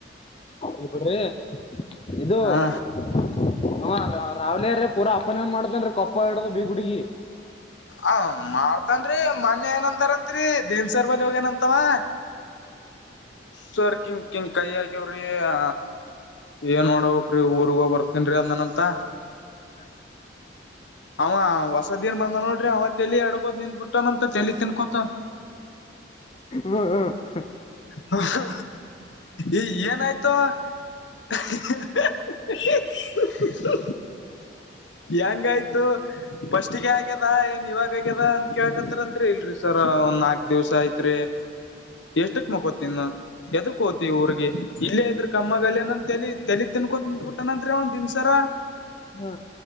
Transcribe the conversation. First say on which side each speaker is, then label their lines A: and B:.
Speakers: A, on the left (about 30°); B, on the left (about 75°).
A: ಇಳ್ಬ <unintelligible> ಡ್ರಿ ಇದು
B: ಹಾ
A: <unintelligible> ಅವ ರ್ರಾವ್ರೀ ಪೂರ ಅಪ್ಪನ್ ಮಾಡತೇನ್ <unintelligible> ಕೊಪ್ಪಡದ ಬಿೀಗುಡಗಿ
B: ಹ ಮಾಡ್ತನ್ರಿ ಮೊನ್ನೇ ಏನಂದಾರತ್ರಿ <unintelligible> ದೀನ್ಸಾರ್ ಬಳಿ ಹೋಗೇನಂತವ <inaudible> ಸರ್ ಕಿಂಕಿಂ ಕೈ ಆಕ್ಯವ್ರಿ ಆ ಏನ್ ಮಾಡಬೇಕು <unintelligible> ಊರ್ಗ ಬರ್ತೀನಿ ರೀ ಅಂದ್ನಂತ
A: ಹ್ಮ <inaudible>
B: ಅವ ಹೊಸದಿನ್ ಬಂದ ನೋಡ್ರಿ ಅವ ತಲಿ ಅಡಗೋದ್ ನಿಂದ್ಬಿಟ್ಟನಂತ ತಲಿ ತಿನ್ಕೊತ
A: ಹ್ಮ್ <unintelligible>
B: ಹ ಹ ಏ ಏನಾಯ್ತೋ <unintelligible> ಹ್ಹೀಹಾ ಹೆಂಗಾಯ್ತು ಫಸ್ಟ್ಗೆ ಆಗ್ಯದ ಏನ್ ಇವಾಗ ಆಗ್ಯದ ಅಂತ ಕೇಳ್ಕತ್ತರ್ಂದರಿ ಇಲ್ರಿ ಸರ್ ಒಂದ್ ನಾಕ್ ದಿವ್ಸ ಆಯ್ತರಿ ರೆ ಎಷ್ಟಕ್ ಮಕೋತಿನ್ ಎದಕ್ ಹೋಗ್ತಿವಿ ಊರ್ರಿಗೆ ಇಲ್ಲೇ ಇದ್ರ ಕಮ್ಮ <unintelligible> ಗಲ್ ಅನಂತ ತಲಿ ತಲಿ ತಿನ್ಕೊತ ನಿಂತ್ಬಿಟವನಂತೆ ಅವ ದನ್ಸರ
A: ಹಾ